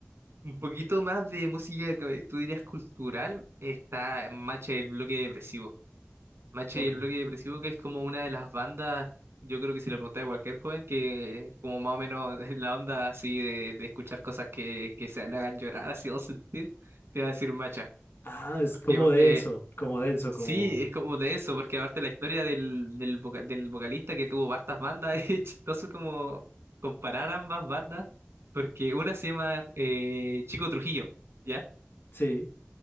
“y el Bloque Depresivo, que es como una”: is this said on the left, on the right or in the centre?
Right